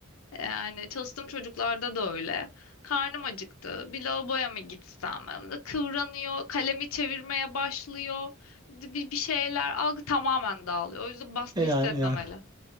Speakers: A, on the left; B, on the right.
A: Yani çalıştığım çocuklarda da öyle. Karnım acıktı. Bir lavaboya mı gitsem? Kıvranıyor, kalemi çevirmeye başlıyor. Bir, bir şeyler algı tamamen dağılıyor. O yüzden baskı
B: E, yani,
A: hissetmemeli.
B: yani